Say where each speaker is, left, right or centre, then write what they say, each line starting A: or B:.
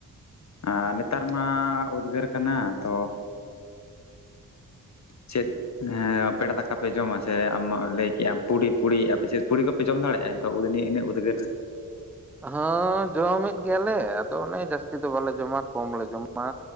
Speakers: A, on the left; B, in the centre.
A: ᱟᱨ ᱱᱮᱛᱟᱨ ᱢᱟ ᱩᱫᱽᱜᱟᱹᱨ ᱠᱟᱱᱟ ᱛᱚ ᱪᱮᱫ ᱦᱮᱸ ᱯᱮᱲᱟ ᱫᱟᱠᱟ ᱯᱮ ᱡᱚᱢᱟ ᱥᱮ ᱟᱢ ᱞᱟᱹᱭ ᱠᱮᱜ ᱟᱢ ᱯᱩᱲᱤ ᱯᱩᱲᱤ ᱟᱯᱮ ᱪᱮᱫ ᱯᱩᱲᱤ ᱠᱚᱯᱮ ᱡᱚᱢᱟ ᱫᱟᱲᱮᱭᱟᱜᱼᱟ ᱱᱤᱛᱚᱜ ᱤᱱᱟᱹ ᱩᱫᱽᱜᱟᱹᱨ ᱨᱮ
B: ᱦᱮᱸ ᱡᱚᱢᱮᱫ ᱜᱮᱭᱟᱞᱮ ᱟᱫᱚ ᱚᱱᱮ ᱡᱟᱹᱥᱛᱤ ᱫᱚ ᱵᱟᱞᱮ ᱡᱚᱢᱟ ᱠᱚᱢ ᱞᱮ ᱡᱚᱢᱟ